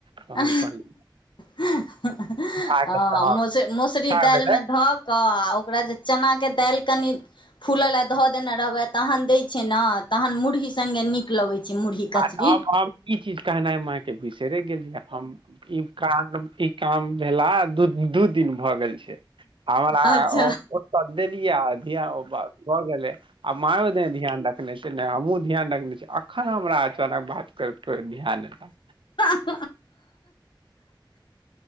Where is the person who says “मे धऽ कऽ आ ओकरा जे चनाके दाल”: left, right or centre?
Left